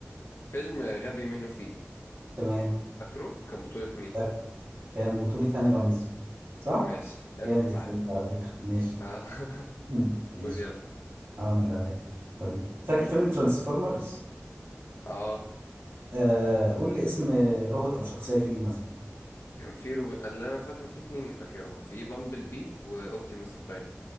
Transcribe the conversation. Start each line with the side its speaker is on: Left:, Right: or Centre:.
Left: فيلم غبي منه فيه
Right: تمام
Left: فاكره كان بطولة مين
Right: فاكر. كان بطولة هاني رمزي صح؟
Left: ماشي حلو
Right: جامد
Left: صح
Right: الفيلم ده على فكرة ماشي
Left: آه. <laughs>
Right: مم. ماشي
Left: قول يلا
Right: اه انا اللي عليا طيب فاكر فيلم ترانسفورمرز؟
Left: اه
Right: آه قول لي اسم روبوت او شخصيه فيه مثلا
Left: كان في روب... اللي انا فاكره في اتنين فاكرهم في بامبل بي واوبتيموس برايم